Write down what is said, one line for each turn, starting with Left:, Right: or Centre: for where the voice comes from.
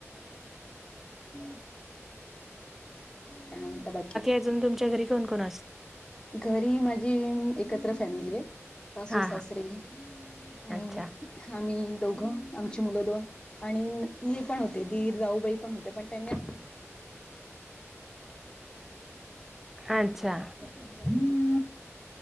Left: हम्म. काय म्हणता बाकी?
Centre: अजून तुमच्या घरी कोण कोण-
Left: घरी माझी एकत्र फॅमिली ये. सासू
Centre: हा
Left: सासरे
Centre: हा
Left: आणि
Centre: अच्छा
Left: आम्ही दोघं आमची मुलं दोन आणि नीर पण होते दीर जाऊबाई पण होत्या पण त्यांनी
Centre: अच्छा
Left: त्याच्या